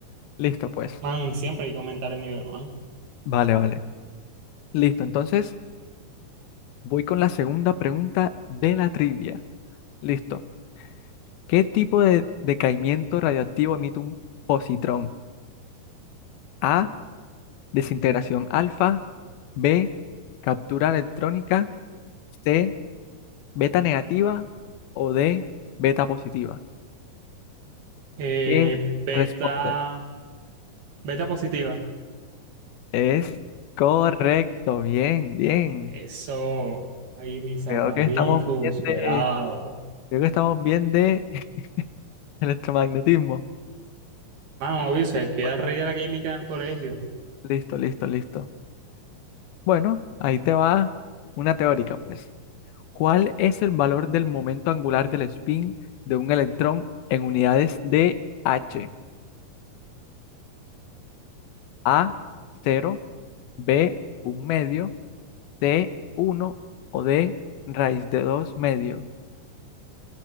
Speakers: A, on the left (about 75°); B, on the right (about 75°).
A: Listo, pues.
B: Man, siempre hay que aumentar el nivel, man.
A: Vale, vale. Listo, entonces voy con la segunda pregunta de la trivia. Listo. ¿Qué tipo de decaimiento radioactivo emite un positrón? A. desintegración alfa, B, captura electrónica, C, beta negativa o D, beta positiva.
B: Eh,
A: ¿Qué
B: beta,
A: responde?
B: beta positiva.
A: Es correcto, bien, bien.
B: Eso, ahí mis zapaticos,
A: Creo que estamos bien de,
B: pelado.
A: creo que estamos bien de <laughs> electromagnetismo.
B: Vamos, obvio, sabes
A: Sí,
B: que
A: pues,
B: era rey de la química en el colegio.
A: Listo, listo, listo. Bueno, ahí te va una teórica, pues. ¿Cuál es el valor del momento angular del spin de un electrón en unidades de H? A cero, B un medio, C uno o D raíz de 2 medio.